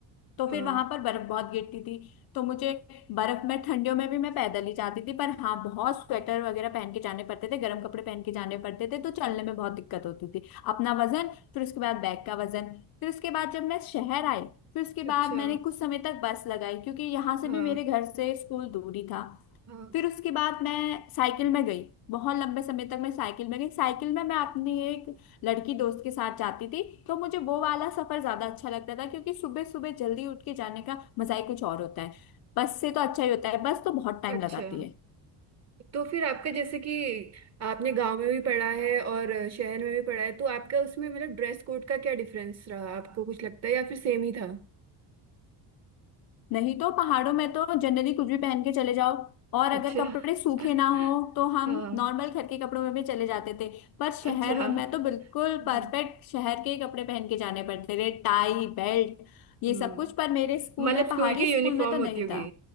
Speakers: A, on the left (about 55°); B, on the right (about 35°).
A: तो
B: हाँ
A: फिर वहां पर बर्फ बहुत गिरती थी तो मुझे बर्फ में ठंडियों में भी मैं पैदल ही जाती थी पर हाँ बहुत स्वेटर वगैरह पहन के जाने पड़ते थे गर्म कपड़े पहन के जाने पड़ते थे तो चलने में बहुत दिक्कत होती थी अपना वजन फिर उसके बाद बैग का वजन फिर उसके बाद जब मैं शहर आई फिर उसके
B: अच्छा
A: बाद मैंने कुछ समय तक बस लगाई क्योंकि यहाँ से
B: हाँ
A: भी मेरे घर से स्कूल दूरी था
B: हाँ
A: फिर उसके बाद मैं साइकिल में गई बहुत लंबे समय तक मैं साइकिल में गई साइकिल में मैं अपनी एक लड़की दोस्त के साथ जाती थी तो मुझे वो वाला सफर ज्यादा अच्छा लगता था क्योंकि सुबह सुबह जल्दी उठ के जाने का मजा ही कुछ और होता है बस से तो अच्छा ही होता है बस तो बहुत टाइम
B: अच्छा
A: लगाती है
B: तो फिर आपका जैसे कि आपने गांव में भी पढ़ा है और शहर में भी पढ़ा है तो आपका उसमें मतलब ड्रेस कोड का क्या डिफरेंस रहा आपको कुछ लगता है या फिर सेम ही था
A: नहीं तो पहाड़ों में तो जनरली कुछ भी पहन के चले जाओ और
B: अच्छा
A: अगर कपड़े सूखे
B: <laughs>
A: ना हो तो हम
B: हाँ
A: नॉर्मल घर के कपड़ों में भी चले जाते थे पर शहर
B: अच्छा
A: में तो बिल्कुल
B: हम्म
A: परफेक्ट शहर के ही कपड़े पहन के जाने पड़ते थे टाई बेल्ट ये
B: हम्म
A: सब कुछ पर मेरे स्कूल
B: मतलब
A: में पहाड़ी
B: स्कूल की
A: स्कूल
B: यूनिफॉर्म
A: में तो
B: होती
A: नहीं
B: होगी
A: था